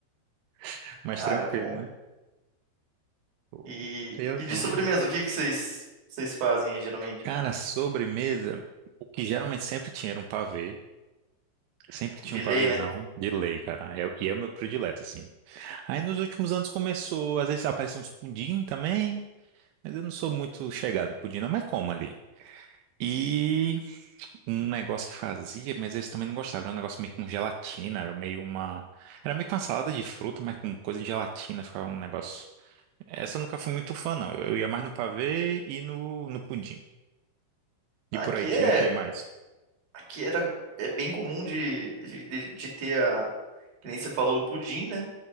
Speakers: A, on the right; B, on the right.
A: <laughs> Mais
B: Ah,
A: tranquilo,
B: é bom,
A: né? Pô,
B: E,
A: Ceia
B: e
A: zona.
B: de sobremesa, o que que vocês vocês fazem aí, geralmente?
A: Cara, sobremesa, o que geralmente sempre tinha era um pavê. Sempre tinha
B: De
A: um
B: lei,
A: pavêzão
B: né?
A: de lei, cara. É- E é o meu predileto, assim. Aí nos últimos anos começou, às vezes apareciam uns pudim também, mas eu não sou muito chegado no pudim, não, mas como ali. E um negócio que fazia, mas eles também não gostavam. Era um negócio meio com gelatina, era meio uma. Era meio que uma salada de fruta, mas com coisa de gelatina, ficava um negócio. Essa eu nunca fui muito fã, não. Eu ia mais no pavê e no, no pudim.
B: Aqui
A: E por aí tinha
B: é
A: o que mais?
B: aqui era é bem comum de, de, de- de ter a, que nem você falou, o pudim, né?